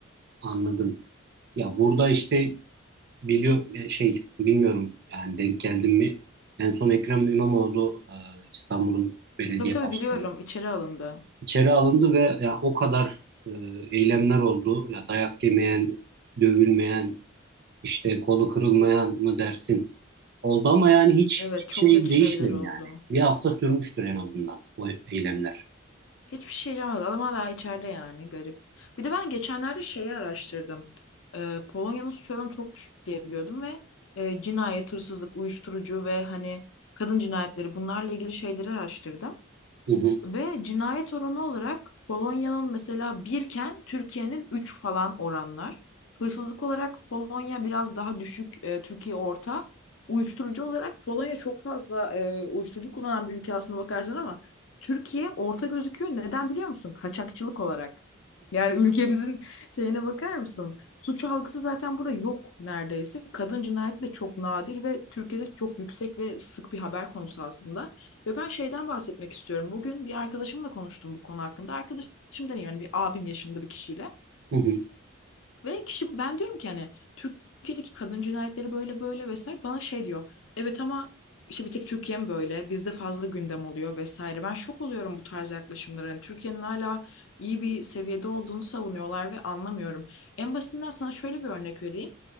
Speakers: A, on the right; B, on the left.
A: anladım. Ya burada işte biliyor e, şey bilmiyorum yani denk geldim mi? En son Ekrem İmamoğlu e, İstanbul'un belediye
B: Tabii tabii
A: başkanı
B: biliyorum içeri alındı.
A: İçeri alındı ve ya o kadar e, eylemler oldu. Ya dayak yemeyen, dövülmeyen, işte kolu kırılmayan mı dersin? Oldu ama yani hiç,
B: Evet
A: hiç
B: çok
A: şey
B: kötü
A: değişmedi
B: şeyler oldu.
A: yani. Bir hafta sürmüştür en azından o eylemler.
B: Hiçbir şey yapamadı. Adam hala içeride yani garip. Bir de ben geçenlerde şeyi araştırdım. Ee, Polonya'nın suç oranı çok düşük diye biliyordum ve e, cinayet, hırsızlık, uyuşturucu ve hani kadın cinayetleri bunlarla ilgili şeyleri araştırdım.
A: Hı hı,
B: Ve cinayet oranı olarak Polonya'nın mesela birken Türkiye'nin 3 falan oranlar. Hırsızlık olarak Polonya biraz daha düşük, e, Türkiye orta. Uyuşturucu olarak Polonya çok fazla e, uyuşturucu kullanan bir ülke aslında bakarsan ama Türkiye orta gözüküyor. Neden biliyor musun? Kaçakçılık olarak. Yani <laughs> ülkemizin şeyine bakar mısın? Suç algısı zaten burada yok neredeyse. Kadın cinayeti de çok nadir ve Türkiye'de çok yüksek ve sık bir haber konusu aslında. Ve ben şeyden bahsetmek istiyorum. Bugün bir arkadaşımla konuştum bu konu hakkında. Arkadaşım demeyeyim yani bir abim yaşında bir kişiyle.
A: hı hı,
B: Ve kişi ben diyorum ki hani Türkiye'deki kadın cinayetleri böyle böyle vesaire bana şey diyor. Evet ama işte bir tek Türkiye mi böyle? Bizde fazla gündem oluyor vesaire. Ben şok oluyorum bu tarz yaklaşımlara. Hani Türkiye'nin hala iyi bir seviyede olduğunu savunuyorlar ve anlamıyorum. En basitinden sana şöyle bir örnek vereyim.